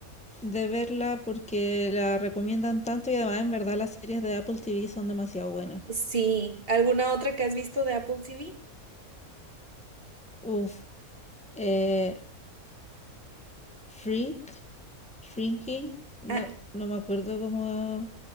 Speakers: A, in the centre; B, on the right.
A: de verla porque la recomiendan tanto y además en verdad las series de Apple TV son demasiado buenas.
B: Sí, ¿alguna otra que has visto de Apple TV?
A: Uf, eh, Shrink, Shrinking, no,
B: Ah,
A: no me acuerdo cómo